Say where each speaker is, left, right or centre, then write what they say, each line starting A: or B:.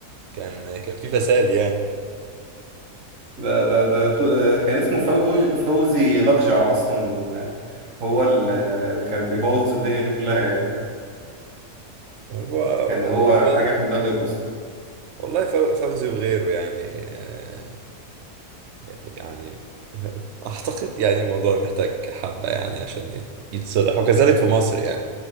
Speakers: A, on the right; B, on the right.
A: كان كان فيه فساد يعني
B: ده ده ده ط- آه، كان اسمه فوز فوزي لقجع اصلا آه، هو ال- آه، اللي كان بيبوظ الدنيا دي كلها يعني
A: هو
B: كان هو حاجه في المغرب اصلا
A: والله فو- فوزي وغيره يعني آه، يعني اعتقد يعني الموضوع محتاج حبة يعني عشان يت- يتصلح وكذلك في مصر يعني